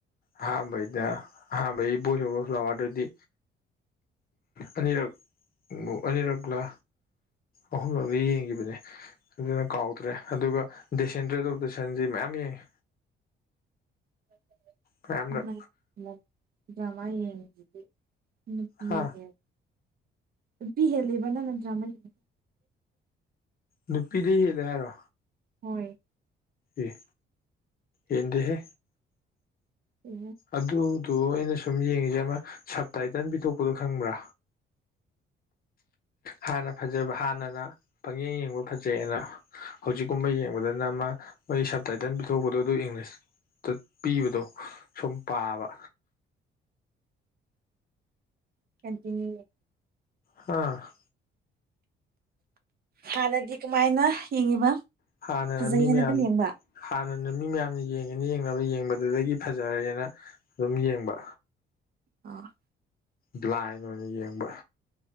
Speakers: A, on the left; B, on the right.
A: ꯑꯍꯥꯟꯕꯩꯗ ꯑꯍꯥꯥꯟꯕꯩ ꯕꯣꯏꯁ ꯑꯣꯕꯔ ꯐ꯭ꯂꯥꯋꯔꯗꯨꯗꯤ ꯑꯅꯤꯔꯛ ꯑꯅꯤꯔꯛꯂꯥ ꯑꯍꯨꯝꯂꯛꯂ ꯌꯦꯡꯒꯤꯕꯅꯦ ꯑꯗꯨꯅ ꯀꯥꯎꯗ꯭ꯔꯦ ꯑꯗꯨꯒ ꯗꯤꯁꯦꯟꯗ꯭ꯔꯦꯠ ꯑꯣꯐ ꯗ ꯁꯟꯗꯤ ꯃꯌꯥꯝ ꯌꯦꯡꯉꯦ
B: <inaudible>
A: ꯃꯌꯥꯝꯔꯛ
B: ꯗ꯭ꯔꯃꯥ <unintelligible> ꯅꯨꯄꯤ
A: ꯍꯥ
B: ꯍꯦꯜ ꯅꯨꯄꯤ ꯍꯦꯜꯂꯤꯕ ꯅꯪꯅ ꯗ꯭ꯔꯃꯥ ꯌꯦꯡꯉꯤ
A: ꯅꯨꯄꯤꯗꯩꯩ ꯍꯦꯜꯂꯤ ꯍꯥꯏꯔꯣ
B: ꯍꯣꯏ
A: ꯑꯦ ꯌꯦꯗꯦꯍꯦ
B: ꯍꯦꯟꯂꯤ
A: ꯑꯗꯨꯗꯣ ꯑꯩꯅ ꯁꯨꯝ ꯌꯦꯡꯉꯤꯖꯦ ꯑꯃ ꯁꯞꯇꯥꯏꯇꯟ ꯄꯤꯊꯣꯛꯄꯗꯣ ꯈꯪꯕ꯭ꯔꯥ ꯍꯥꯟꯅ ꯐꯖꯕ ꯍꯥꯟꯅꯅ ꯄꯪꯌꯦꯡ ꯌꯦꯡꯕ ꯐꯖꯩꯑꯅ ꯍꯧꯖꯤꯛꯀꯨꯝꯕ ꯌꯦꯡꯕꯗꯅ ꯃꯥ ꯃꯣꯏ ꯁꯕꯇꯥꯏꯇꯜ ꯄꯤꯊꯣꯛꯄꯗꯣ ꯑꯗꯨ ꯏꯪꯂꯤꯁ ꯇꯨꯠ ꯄꯤꯕꯗꯣ ꯁꯨꯝ ꯄꯥꯕ
B: ꯀꯟꯇꯤꯅꯌꯨꯂꯤ
A: ꯍꯥ
B: ꯍꯥꯟꯅꯗꯤ ꯀꯃꯥꯏꯅ ꯌꯦꯡꯉꯤꯕ
A: ꯍꯥꯟꯅꯅ
B: ꯐꯖꯩꯌꯦꯅ
A: ꯃꯤ ꯃꯌꯥꯝ
B: ꯑꯗꯨꯝ ꯌꯦꯡꯕ
A: ꯍꯥꯟꯅꯅ ꯃꯤ ꯃꯌꯥꯝꯅ ꯌꯦꯡꯉꯅꯤ ꯌꯦꯡꯅꯕ ꯌꯦꯡꯕꯗꯨꯗꯒꯤ ꯐꯖꯔꯦꯅ ꯑꯗꯨꯝ ꯌꯦꯡꯕ
B: <inaudible>
A: ꯕ꯭ꯂꯥꯏꯟ ꯑꯣꯏꯅ ꯌꯦꯡꯕ